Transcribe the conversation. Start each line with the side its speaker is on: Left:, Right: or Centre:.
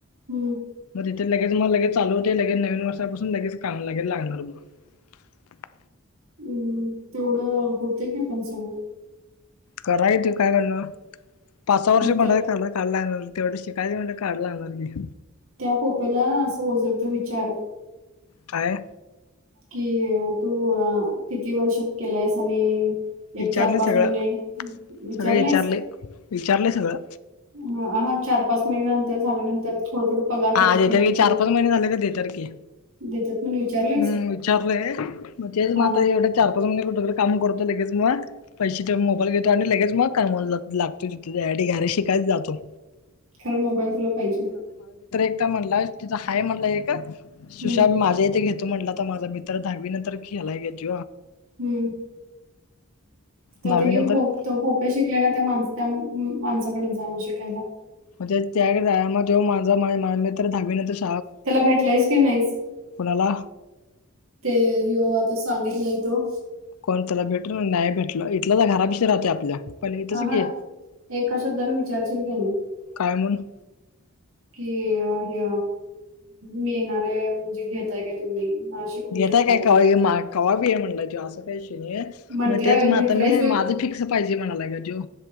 Right: हम्म
Left: लगेच म लगेच चालू होते लगे नवीनर्षापासून लगेच काम. लगेन लागणार बा.
Right: हम्म. तेवढं होत की पण सगळं.
Left: करा येतू काय करण पाच, सहा वर्ष
Right: मग त्या
Left: पडाई कराला काढला... तेवढं शिकाय म्हणे काढला ना सारखी.
Right: त्या पोप्याला असं ओझरतो विचार
Left: काय?
Right: कि अं तू अं किती वर्ष केलायस आणि... एक
Left: विचारले
Right: चार पाच
Left: सगळं,
Right: महिने विचारलायस
Left: सगळं विचारले, विचारले सगळं.
Right: ह हा चार, पाच महिन्या नंतर झाल्यानंतर थोडं थोडं... पगार
Left: हा
Right: दिलात
Left: देेतारखी
Right: की नाही तो
Left: चार, पाच महिने झाले क देेतारखी,
Right: देतात म्हणून विचारलायस
Left: हम्. विचारलय तेच मंग
Right: हा
Left: आता
Right: हा
Left: एवढे चार, पाच महिने. काम करतो लगेच मग पैसे मोबाईल घेतो आणि लगेच मग का लागतो तिथेडी घ... शिकायच जातो.
Right: खरं मोबाईल तुला पाहिजे.
Left: म्हणल तिथं आहेय म्हणल एक
Right: हम्म
Left: सुशांत माझ्या इथे घेतो म्हणला. आता माझा मित्र दहावीनंतर खेलाय घेत.
Right: हम्म.. ततयुहो
Left: दहावी नंतर
Right: तो पोप्या शिकल्या नंतर त्या माण त्या माणसाकडच जाण शिकायला.
Left: मग त्या झा मग तो माझं मा-मा तर दाहावी नंतर शि...
Right: त्याला भेटलायस की नाहीस,
Left: कुणाला
Right: ते येो आता सांगितलंय. तो...
Left: कोण त्याला भेटल नाही भेटलं इथलं तर घरापशी राहते आपल्या. पण इथंच
Right: अ
Left: घे
Right: हा, एका शब्दान विचारशील की नाही.
Left: काय म्हणून
Right: कि -हि मी येणारे म्हणजे घेताय काय तुम्ही? मला शिकवू
Left: घताय
Right: शकताय
Left: काय खवा महाग खवाबी आहे म्हणलाय त असं. काही विषय मग
Right: म्हंटलाय
Left: तेच म
Right: भेटलायस
Left: आता मी माझं फिक्स पाहिजे म्हणालाय ग त्यो.